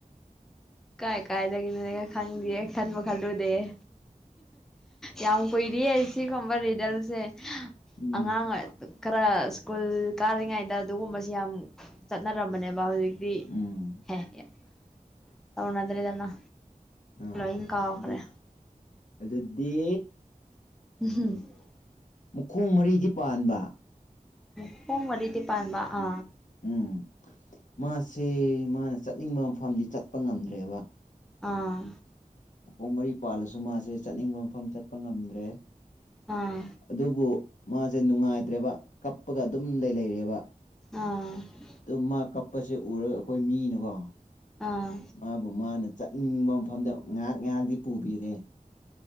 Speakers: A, in the centre; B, on the left.
A: ꯀꯥꯏ ꯀꯥꯏꯗꯒꯤꯅꯣꯅ‌ꯦꯍ‌ꯦ ꯈꯪꯗꯦ ꯈꯟꯕ ꯈꯜꯂꯨꯗꯦꯍ‌ꯦ ꯌꯥꯝ ꯀꯨꯏꯔꯤ ꯁꯤꯒꯨꯝꯕ ꯔꯤꯗꯜꯁꯦ
B: ꯎꯝ
A: ꯑꯉꯥꯡ ꯑꯣꯏ ꯑꯗꯨꯝ ꯈꯔ ꯁ꯭ꯀꯨꯜ ꯀꯥꯔꯤꯉꯩꯗ ꯑꯗꯨꯒꯨꯝꯕꯁꯤ ꯌꯥꯝ ꯆꯠꯅꯔꯝꯕꯅꯦꯕ ꯍꯧꯖꯤꯛ ꯗꯤ
B: ꯎꯝ
A: <unintelligible> ꯇꯧꯅꯗꯔꯦꯗꯅ
B: ꯑꯣ
A: ꯂꯣꯏꯟ ꯀꯧꯈ꯭ꯔꯦ
B: ꯑꯗꯨ ꯑꯗꯨꯗꯤ
A: <unintelligible>
B: ꯃꯈꯣꯡ ꯃꯔꯤꯗꯤ ꯄꯥꯟꯕ
A: ꯃꯈꯣꯡ ꯃꯔꯤꯗꯤ ꯄꯥꯟꯕ ꯑ
B: ꯎꯝ ꯃꯥꯁꯦ ꯃꯥꯅ ꯆꯠꯅꯤꯡꯕ ꯃꯐꯝꯗꯤ ꯆꯠꯄ ꯉꯝꯗ꯭ꯔꯦꯕ
A: ꯑꯥ
B: ꯃꯈꯣꯡ ꯃꯔꯤ ꯄꯥꯜꯂꯁꯨ ꯃꯥꯁꯦ ꯆꯠꯅꯤꯡꯕ ꯃꯐꯝ ꯆꯠꯄ ꯉꯝꯗ꯭ꯔꯦ
A: ꯑꯥ
B: ꯑꯗꯨꯕꯨ ꯃꯥꯁꯦ ꯅꯨꯡꯉꯥꯏꯇ꯭ꯔꯦꯕ ꯀꯞꯄꯒ ꯑꯗꯨꯝ ꯂꯩ ꯂꯩꯔꯦꯕ
A: ꯑꯥ
B: ꯑꯗꯨꯝ ꯃꯥ ꯀꯞꯄꯁꯦ ꯎꯔꯒ ꯑꯩꯈꯣꯏ ꯃꯤꯅꯀꯣ
A: ꯑꯥ
B: ꯃꯥꯕꯨ ꯃꯥꯅ ꯆꯠ ꯅꯤꯡꯅꯤꯡꯕ ꯃꯐꯝꯗ ꯉꯥꯏꯍꯥꯛ ꯉꯥꯏꯍꯥꯛꯇꯤ ꯄꯨꯕꯤꯔꯦ